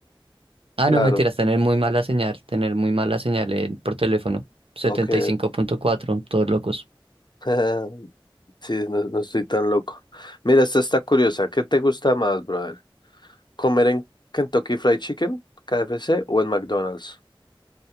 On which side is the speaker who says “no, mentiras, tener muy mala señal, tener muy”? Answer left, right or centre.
Right